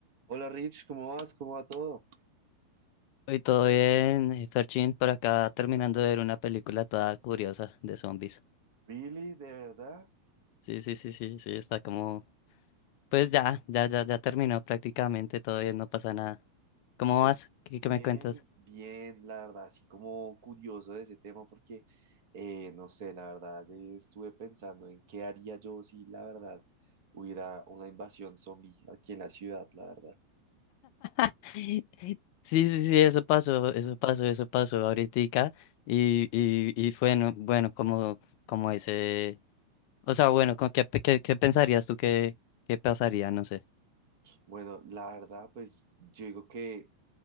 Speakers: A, on the right; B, on the left.
A: Hola Rich, ¿cómo vas? ¿Cómo va todo?
B: Y todo bien, eh, Ferchín, por acá terminando de ver una película toda curiosa de zombies.
A: Really, de verdad,
B: Sí, sí, sí, sí, sí, está como... Pues ya, ya, ya, ya terminó prácticamente, todo bien, no pasa nada. ¿Cómo
A: ve,
B: vas? ¿Qué,
A: bien,
B: qué me cuentas?
A: bien, la verdad, así como curioso de ese tema porque, eh, no sé, la verdad, eh, estuve pensando en qué haría yo si la verdad hubiera una invasión zombie aquí en la ciudad, la verdad.
B: <laughs> Sí, sí, sí, eso pasó, eso pasó, eso pasó ahoritica. Y, y, y fue bueno, bueno, como, como ese... O sea, bueno, ¿con qué, pe- qué, qué pensarías tú que, qué pasaría? No sé.
A: Bueno, la verdad, pues yo digo que